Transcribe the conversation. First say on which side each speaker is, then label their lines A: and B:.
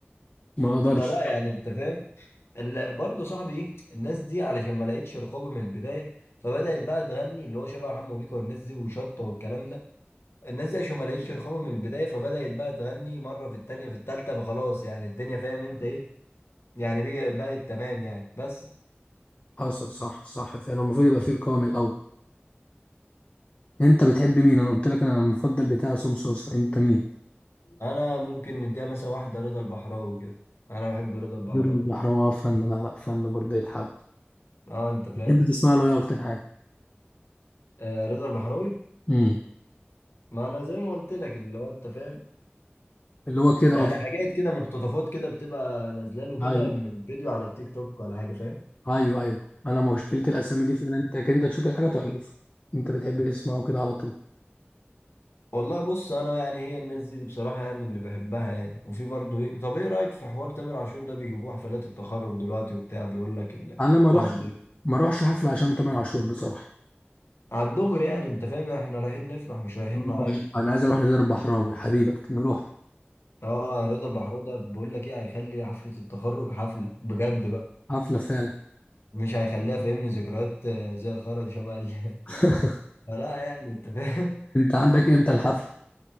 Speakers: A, on the left; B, on the left.
A: ما اقدرش
B: فلا يعني انت فاهم ال- برضه صاحبي ايه الناس دي علشان ما لقيتش رقابة من البداية فبدأت بقى تغني اللي هو شبه حمو بيكا والناس دي وشطة والكلام ده الناس دي عشان ما لقيتش رقابة من البداية فبدأت بقى تغني مرة في التانية في التالتة فخلاص يعني الدنيا فاهم انت ايه يعني بقى- بقت تمام يعني بس
A: حصل صح صح فعلا المفروض يبقى في رقابه من الاول انت بتحب مين انا قلت لك انا المفضل بتاعي عصام صوصه انت مين
B: انا ممكن نديها مثلا واحدة رضا البحراوي كده انا بحب رضا البحراوي
A: غير البحراوي اه، فن لا لا فن برضه يتحب
B: اه انت فاهم
A: بتحب تسمع له ايه اكتر حاجه
B: آه رضا البحراوي
A: امم
B: ما انا زي ما قلت لك اللي هو انت فاهم
A: اللي هو كده اه
B: يعني حاجات كده مقتطفات كده بتبقى نازله له كده
A: ايوه
B: من فيديو على التيك توك ولا حاجه فاهم
A: ايوه ايوه انا مشكله الاسامي دي فعلا انت انت تشوف الحاجه
B: آه.
A: تعرفها انت بتحب تسمعه كده على طول
B: والله بص انا يعني هي الناس دي بصراحه يعني اللي بحبها يعني وفي برضه ايه طب ايه رايك في حوار تامر عاشور ده بيجيبوه حفلات التخرج دلوقتي وبتاع بيقول لك الفان
A: انا ما اروحش ما اروحش حفله عشان تامر عاشور بصراحه
B: على الدغري يعني انت فاهم احنا رايحين نفرح مش رايحين
A: آه.
B: نعيط
A: انا عايز اروح لدار البحراوي حبيبك نروح
B: اه رضا البحراوي ده بيقول لك ايه هيخلي حفله التخرج حفله بجد بقى
A: حفلة فعلا
B: مش هيخليها فهمني ذكريات آه، زي الخرا شبه ال-
A: <laughs>
B: <laughs> فلا يعني انت فاهم
A: انت عندك امتى الحفلة؟